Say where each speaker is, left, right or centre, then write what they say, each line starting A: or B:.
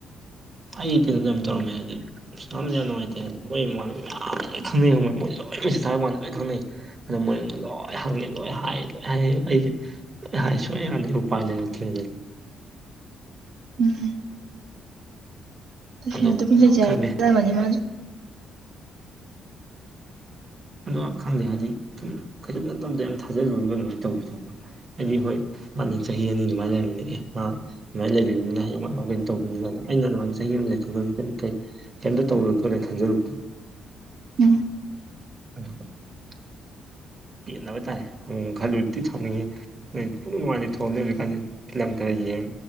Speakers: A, on the right; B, on the right.
A: ꯑꯩ ꯀꯩꯅꯣꯗꯣ ꯌꯥꯝ ꯇꯧꯔꯝꯃꯦ ꯍꯥꯏꯕꯗꯤ ꯏꯁꯇꯝ ꯌꯥꯝ ꯅꯨꯡꯉꯥꯏꯇꯦ ꯍꯥꯏꯗꯤ ꯃꯣꯏ ꯃꯃꯥꯟꯅꯕꯥ ꯃꯌꯥꯝ ꯑꯩ ꯂꯣꯏ ꯈꯪꯅꯩ ꯈꯪꯃ ꯃꯣꯏꯁꯦ ꯂꯣꯏ ꯃꯦꯁꯦꯖ ꯊꯥꯕ ꯋꯥꯥꯟꯗ ꯂꯣꯏ ꯈꯪꯅꯩ ꯑꯗꯨ ꯃꯣꯏ ꯂꯣꯏ ꯍꯪꯉꯦ ꯂꯣꯏ ꯍꯥꯏꯌꯦ ꯂꯣꯏ ꯍꯥꯏꯌꯦ ꯑꯩꯁꯦ ꯂꯣꯏ ꯍꯥꯏ ꯁꯨꯡꯌꯥ ꯌꯥꯔꯝꯗꯦ ꯎꯄꯥꯏ ꯂꯩꯠꯇ꯭ꯔꯦ
B: ꯎꯝ ꯅꯨꯡꯁꯤꯅꯗꯕꯤ
A: ꯑꯗꯨ
B: ꯂꯩꯖꯔꯒꯦ
A: ꯈꯪꯗꯦ
B: ꯈꯟꯂꯝꯃꯅꯤ ꯃꯥꯁꯨ
A: ꯑꯗꯣ ꯈꯪꯗꯦ ꯍꯥꯏꯗꯤ ꯀꯩꯁꯨꯝ ꯅꯠꯇꯕꯗ ꯌꯥꯝ ꯊꯥꯖꯔꯨꯔꯕ ꯑꯗꯨꯃꯥꯏꯅ ꯇꯧꯋꯦ ꯇꯧꯕ ꯍꯥꯏꯗꯤ ꯍꯣꯏ ꯃꯥꯅꯤ ꯆꯍꯤ ꯑꯅꯤ ꯑꯗꯨꯃꯥꯏꯅ ꯂꯩꯔꯕꯅꯦ ꯑꯦ ꯃꯥ ꯁꯃꯥꯏꯅ ꯂꯩꯕꯤꯅꯤꯅ ꯍꯌꯦꯡꯋꯥꯏ ꯀꯩꯅꯣ ꯇꯧꯕꯤꯅꯤ ꯀꯥꯏꯅ ꯑꯩꯅ ꯑꯗꯨꯃꯥꯏꯅ ꯆꯍꯤ ꯑꯃ ꯂꯩꯊꯣꯛꯎꯔꯁꯨ ꯀꯩꯝ ꯀꯩ ꯀꯩꯝꯇ ꯇꯧꯔꯣꯏ ꯈꯣꯠꯂꯣꯏ ꯈꯟꯖꯔꯨꯕꯗꯨ
B: ꯎꯝ
A: <inaudible> ꯄꯦꯕ ꯇꯥꯔꯦ ꯎꯝ ꯈꯜꯂꯨꯔꯗꯤ ꯁꯥꯎꯅꯤꯡꯉꯦ ꯅꯣꯏ ꯅꯨꯉꯥꯏ ꯂꯩꯊꯣꯡꯑꯅꯤ ꯍꯧꯖꯤꯛꯀꯥꯟꯗꯤ ꯐꯤꯂꯝ ꯈꯔ ꯌꯦꯡ